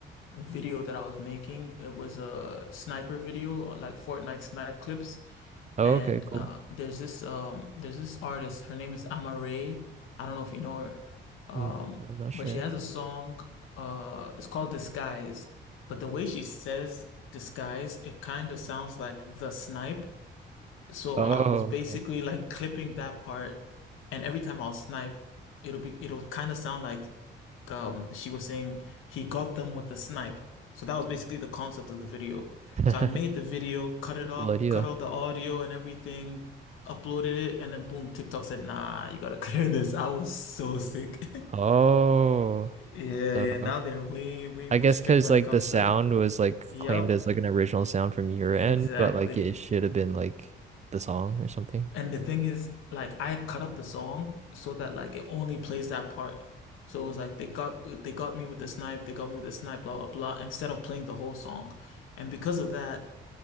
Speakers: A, on the left (about 85°); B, on the right (about 35°).
A: video that I was making. It was a sniper video, like Fortnite snipe clips.
B: Oh,
A: And
B: okay, cool.
A: uh, there's this um, there's this artist. Her name is Amare. I don't know if you know her, um,
B: Mm, I'm not
A: but
B: sure.
A: she has a song. Uh, it's called Disguise. But the way she says disguise, it kind of sounds like the snipe. So
B: Oh,
A: I was basically
B: okay.
A: like clipping that part, and every time I'll snipe, it'll be it'll kind of sound like um she was saying he got them with the snipe. So that was basically the concept of the video.
B: <laughs>
A: So I made the video, cut it up,
B: Cool idea.
A: cut out the audio and everything, uploaded it, and then boom, TikTok said, "Nah, you gotta <laughs> clear this." I was so sick. <laughs>
B: Oh,
A: Yeah,
B: so
A: yeah. Now they're way, way
B: I
A: more
B: guess
A: strict
B: because
A: when
B: like
A: it comes
B: the sound
A: to.
B: was like
A: Yep,
B: claimed as like an original sound from your end,
A: exactly.
B: but like it should have been like the song or something.
A: And the thing is, like I had cut up the song so that like it only plays that part. So it was like they got they got me with the snipe, they got me with the snipe, blah blah blah, instead of playing the whole song. And because of that,